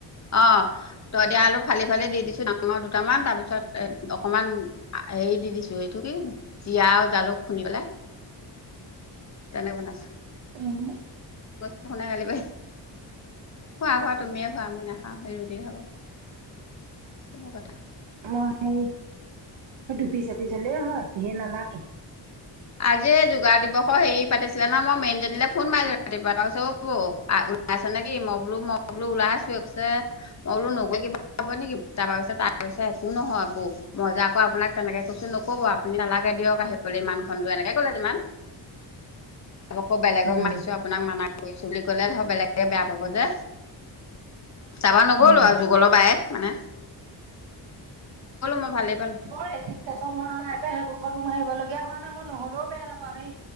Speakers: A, on the left (about 40°); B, on the right (about 85°).
A: অ' তই দিয়া আলু। ফালি ফালি দি দিছো ডাঙৰ দুটামান তাৰ পিছ এ অকনমান হেৰি দি দিছো এইটো কি। জীয়া আৰু জালুক খুন্দি পেলাই। তেনে বন আছ।
B: উম।
A: শুনা কালি প খোৱা খোৱা তুমি <unintelligible> অ' সেই ৰুতিয়ে হ'ব। কব কথা।
B: অ' সেই ডুপি চাপি জলে হয় ধেৰ নালাগে।
A: আজি যোগাৰ দিৱসৰ হেৰি পাতিছিলে ন মই মেইনজনীলৈ ফোন মাৰিলো ৰাতিপুৱা তাৰ কৈছে অ'বৌ ওলাই আছে নেকি মই বোলো মই বোলো ওলাইছো কৈছে মই বোলো নগৈ কিবা হ নেকি তাৰপৰা কৈছে তাৰ পছে একো নহয় বৌ মজা আৌ আপোনাক তেনেকে কৈছো নকব আপুনি নালাগে দিয়ক আহিবলৈ ইমান। টো এনেকে ক'লে যিমান। আকৌ বেলেগক
B: উম।
A: মাতিছো আপোনাক মান কৰিছো বুলি কলে ধৰ বেলেগে বেয়া পাব যে। তাৰপা নগ'লো
B: উম
A: আৰু যুগলৰ বায়ে মানে <inaudible> মই ভালেই পালো
B: ক ৰেজিষ্টচন হোৱা নাই জে হব। সকল লোম আহিবলগীয়া হোৱা না মই নহলেও বেয়া নাপাওঁ সেই